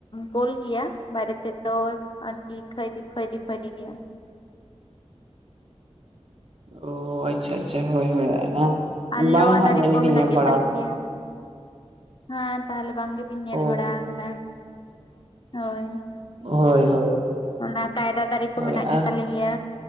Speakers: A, on the left; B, on the right.
A: ᱜᱳᱞ ᱜᱮᱭᱟ ᱵᱟᱭᱨᱮᱛᱮᱫ ᱫᱚ ᱟᱨᱠᱤ ᱠᱷᱚᱭᱨᱤ ᱠᱷᱚᱭᱨᱤ ᱜᱮᱭᱟ
B: ᱚ ᱟᱪᱪᱷᱟ ᱟᱪᱪᱷᱟ ᱦᱳᱭ ᱦᱳᱭ,
A: ᱟᱨ
B: ᱵᱟᱝ
A: ᱞᱚᱣᱟ
B: ᱦᱟᱸᱜ
A: ᱫᱟᱨᱮ
B: ᱡᱟᱹᱱᱤᱡ
A: ᱠᱚ
B: ᱞᱤᱧ
A: ᱢᱮᱱᱟᱜ
B: ᱧᱮᱞ
A: ᱜᱮ
B: ᱵᱟᱲᱟ
A: ᱛᱟᱞᱮᱭᱟ᱾
B: ᱟᱠᱟᱫ
A: ᱦᱟᱸ ᱛᱟᱦᱚᱞᱮ ᱵᱟᱝ ᱜᱮᱵᱤᱱ ᱧᱮᱞ
B: ᱚ
A: ᱵᱟᱲᱟ ᱠᱟᱫᱟ᱾ ᱦᱳᱭ,
B: ᱦᱳᱭ
A: <inaudible>
B: ᱦᱳᱭ
A: ᱚᱱᱟ ᱠᱟᱭᱨᱟ ᱫᱟᱨᱮ ᱠᱚ
B: ᱦᱳᱭ
A: ᱢᱮᱱᱟᱜ ᱜᱮ
B: ᱟᱨ
A: ᱛᱟᱞᱮᱭᱟ᱾